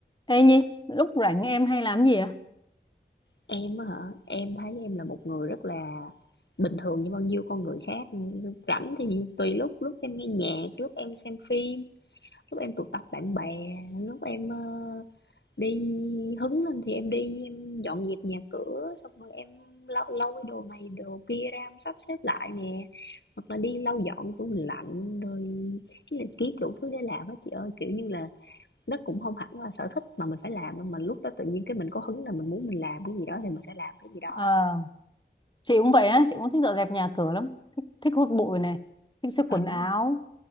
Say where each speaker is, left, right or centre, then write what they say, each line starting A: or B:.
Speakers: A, on the left (about 25°); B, on the left (about 75°).
A: Ê Nhi, lúc rảnh em hay làm gì à?
B: Em á hả? Em thấy em là một người rất là bình thường như bao nhiêu con người khác. Rảnh thì tùy lúc, lúc em nghe nhạc, lúc em xem phim, lúc em tụ tập bạn bè, lúc em ờ, đi hứng lên thì em đi em dọn dẹp nhà cửa, xong rồi em lau lau cái đồ này đồ kia ra em sắp xếp lại nè, hoặc là đi lau dọn tủ lạnh rồi cái là kiếm đủ thứ để làm hết chị ơi, kiểu như là nó cũng không hẳn là sở thích mà mình phải làm đâu, mà mình lúc đó tự nhiên cái mình có hứng là mình muốn mình làm cái gì đó thì mình sẽ làm cái gì đó
A: Ờ, chị cũng vậy á, chị cũng thích dọn dẹp nhà cửa lắm. Thích, thích hút bụi này, thích xếp
B: Ờ
A: quần
B: à. Ờ, đúng
A: áo,
B: rồi